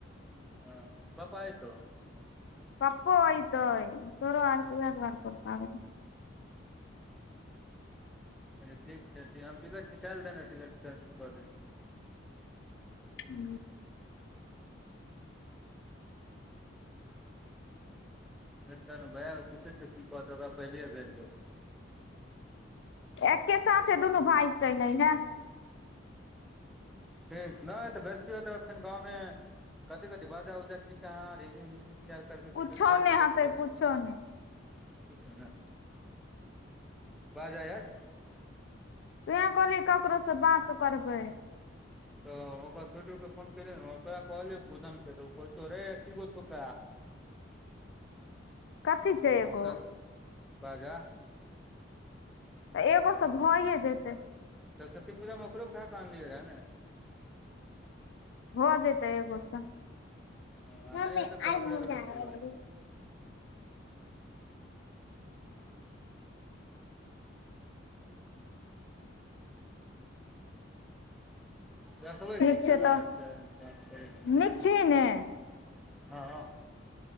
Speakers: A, in the centre; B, on the left.
A: हँ पप्पा एतौ
B: पप्पो एतै तोरो आरके उहे दुआरे परेशानी
A: अच्ा ठीक छै ते ठ हम टिकट निकालि देने छलियै कैंसिल कऽ दै छियै
B: <inaudible>
A: अतऽ न भैया पूछै छियै की कहतो ओकरा पहिले भेज देबौ
B: एकके साथे दुनू भाय चलै एहैं
A: फे नहि तऽ भेजतियौ फेन गाँवमे कथी कथि बाजा उजा की काहाँ रेली आर करबि तऽ
B: कुछो
A: फेर जीजाजी
B: नहि
A: कथी
B: हेतै
A: किछो
B: कुछो नहि
A: नैय बाजा यार
B: तु उएह कहली ककरोसँ बात करबै
A: तऽ ओकर छोटू के फोन करिएन उहे कहलिए बुधन के त कहै छौ रै एकीगो छौका
B: कथी छैय एगो
A: मौसा बाजा
B: एगो सं भइए जेतै
A: सरस्वती पूजामे ओकरो उठााकऽ आनलियै रहऽ न
B: भ जेतै एगो सं
A: आ
B: मम्मी
A: नहि हेतै तऽ
B: आइग
A: ओकरे
B: मूझा
A: लगन
B: रहली
A: चलऽ अयबै देखबै
B: ठीक
A: च
B: छै
A: केना
B: तऽ
A: होै छै गाछ करै
B: नीक छी ने
A: <unintelligible> हँ